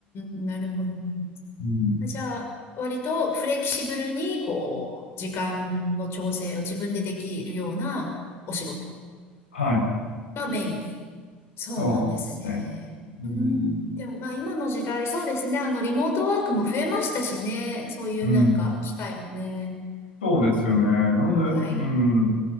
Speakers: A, on the left; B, on the left.
A: ん、なるほど、なるほ
B: うん。
A: ど。じゃあ、割とフレキシブルに、こう、時間の調整を自分でできるようなお仕事。
B: はい。
A: がメインに。そうなんですね。
B: そうですね。うん。
A: うん、でもまあ今の時代、そうですね。あの、リモートワークも増えましたしね。そういうなんか機会もね。
B: うん。そうですよね。
A: うん、
B: なんで、
A: はい。
B: うん、